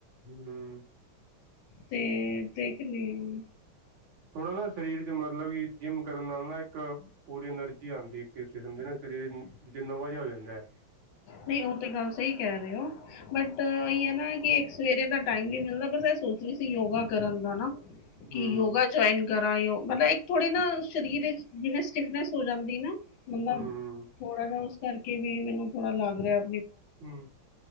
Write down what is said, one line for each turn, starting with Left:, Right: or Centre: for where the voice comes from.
Right: ਹੂੰਮ
Left: ਤੇ ਦਿਖ ਨੀ
Right: ਥੋੜ੍ਹਾ ਨਾ ਸਰੀਰ ਚ ਮਤਲਬ ਕਿ ਜਿੰਮ ਕਰਨ ਨਾਲ ਨਾ ਇੱਕ ਪੂਰੀ ਐਨਰਜੀ ਆਉਂਦੀ ਇੱਕ ਕਿਸਮ ਦੇ ਨਾ ਸਰੀਰ ਜਿੰਨਾ ਨਵਾ ਜਿਹਾ ਹੋ ਜਾਂਦਾ ਹੈ
Left: ਨਹੀਂ ਉਹ ਤੇ ਗੱਲ ਸਹੀ ਕਹਿ ਰਹੇ ਹੋ ਬਟ ਉਹੀ ਹੈ ਨਾ ਕਿ ਇੱਕ ਸਵੇਰੇ ਦਾ ਟਾਈਮ ਨਹੀਂ ਮਿਲਦਾ ਇਹ ਸੋਚ ਰਹੀ ਸੀ ਯੋਗਾ ਕਰਨ ਦਾ ਨਾਂ ਕੀ
Right: ਹੂੰ,
Left: ਯੋਗਾ ਜਵਾਇਨ ਕਰਾ ਲਓ, ਮਤਲਬ ਇੱਕ ਥੋੜੇ ਨਾ, ਸ਼ਰੀਰ 'ਚ ਜਿਵੇ ਸਿਟਫਨਸ ਹੋ ਜਾਂਦੀ ਨਾ। ਮਨਾ,
Right: ਹੂੰ,
Left: ਥੋੜਾ ਜਾ ਉਸ ਕਰਕੇ ਵੀ ਮੈਨੂੰ ਥੋੜਾ ਲੱਗ ਰੇਆ।
Right: ਹੂੰ,